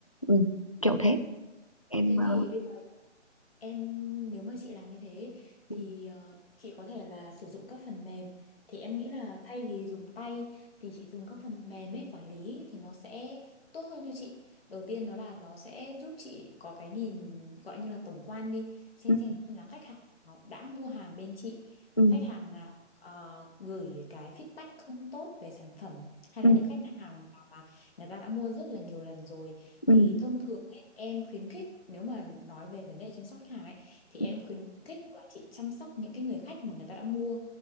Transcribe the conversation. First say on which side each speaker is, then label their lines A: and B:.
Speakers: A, on the left; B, on the left.
A: ừ, kiểu thế em
B: Thế
A: ờ,
B: thì bây giờ em nếu mà chị làm như thế thì
A: ừ,
B: ờ, chị có thể là sử dụng các phần mềm thì em nghĩ là thay vì dùng tay thì chị dùng các phần mềm ấy quản lý thì nó sẽ tốt hơn cho chị. Đầu tiên đó là nó sẽ giúp chị có cái nhìn gọi như là tổng quan đi xem
A: ừ,
B: xem là khách hàng nó đã mua hàng bên chị
A: ừ,
B: khách hàng nào ờ, gửi cái feedback không tốt về sản phẩm hay
A: ừ,
B: là những khách hàng nào mà người ta đã mua rất là nhiều lần rồi
A: ừ,
B: thì thông thường ấy, em khuyến khích nếu mà nói về vấn đề chăm sóc khách hàng ấy thì
A: ừ,
B: em khuyến khích là chị chăm sóc những cái người khách mà người ta đã mua